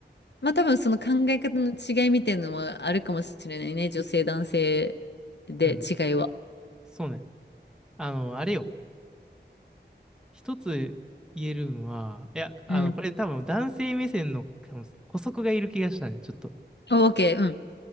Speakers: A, on the left (about 70°); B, in the centre.
A: まあ多分その考え方の違いみたいなのもあるかもしれないね、女性男性で違いは。
B: うん。そうね。あの、あれよ。一つ言えるんは、いや、あの、
A: うん。
B: これ多分男性目線の多分補足がいる気がしたね、ちょっと。
A: オーケー、うん。